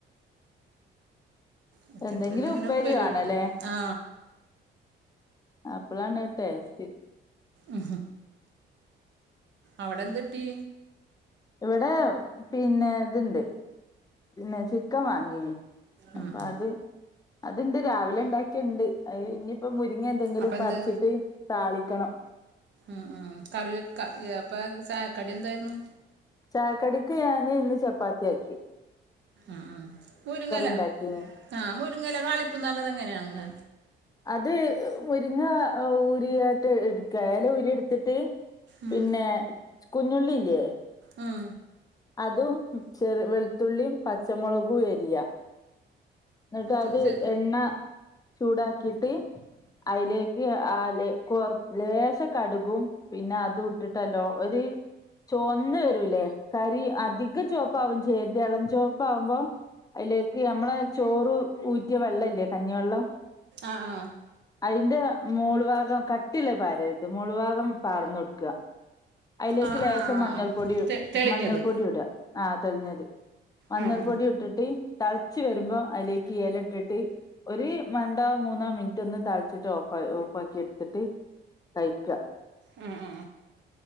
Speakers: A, on the right; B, on the left.
A: പച്ചക്കറി
B: എന്തെങ്കിലും ഉപ്പേരി വേണല്ലേ
A: വെക്കും ആ
B: അപ്പളാണ് ടേസ്റ്റ്
A: ഉ അവിടെന്ത് കിട്ടി
B: ഇവിടെ പിന്നെ ഇതുണ്ട് പിന്നെ ചിക്കൻ വാങ്ങീന്
A: ഉം,
B: അപ്പൊ
A: ഉം.
B: അത് അത്ണ്ട് രാവിലെ ഉണ്ടാക്കിയുണ്ട് അഹ് ഇനിയിപ്പോ മുരിങ്ങ എന്തെങ്കിലും
A: അപ്പം എന്ത്
B: പറിച്ചിട്ട് താളികണം
A: അഹ് കറി വെക്ക അപ്പം ചായക്കടി എന്തായിരുന്നു
B: ചായക്കടിക്ക് ഞാന് ഇന്ന് ചപ്പാത്തിയാക്കി
A: അഹ് അഹ് മുരുങ്ങല
B: ഉണ്ടാക്കീന്
A: അഹ് മുരങ്ങല തളിപന്ന് പറഞ്ഞ എങ്ങനെയാണ്
B: അത് മുരിങ്ങ ഉരിയായിട്ട് എടുക്ക ഇല ഉരി എടുത്തിട്ട്
A: ഉം,
B: പിന്നെ കുഞ്ഞുള്ളില്ലേ
A: ഉം
B: അതും ചെറു വെളുത്തുള്ളിയും പച്ചമുളകും എരിയാ എന്നിട്ട്
A: ചോ-
B: അത്
A: ചെ-
B: എണ്ണ ചൂടാക്കിയിട്ട് അയിലെ ക്ക് അലെ കോർ ലേശ കടുകും പിന്നെ അത് ഇട്ടിട്ടല്ലോ ഒരു ചുവന്ന് വരൂല്ലേ കരി അധിക ചുവപ്പ ആവും ചെയരുത് ഇളം ചുവപ്പആവുമ്പോ ആയിലേക്ക് നമ്മളെ ചോറ് ഊറ്റിയ വെള്ളല്ലേ കഞ്ഞിവെള്ളം
A: ആഹ
B: അയിന്റെ മോള് ഭാഗം, കട്ടില്ലേ പാരരുത്, മോള് ഭാഗം പാർന്ന് കൊടുക്ക. അതിലേക്ക്
A: ആ
B: ലേശം
A: ആ ആ
B: മഞ്ഞൾപ്പൊടി
A: ആ. തെ- തെളിഞ്ഞത്
B: മഞ്ഞൾപ്പൊടി ഇട. ആഹ്. <unintelligible> അത് മഞ്ഞൾ
A: ആ ആ
B: പൊടി ഇട്ടിട്ട് തളച്ചു വരുമ്പം അയിലേക്ക് ഇല ഇട്ടിട്ട് ഒരു രണ്ടോ മൂന്നോ മിനിറ്റ് ഒന്ന് തളച്ചിട്ട് ഓഫ ഓഫക്കി എടുത്തിട്ട് കയ്ക്ക.
A: മ് മ്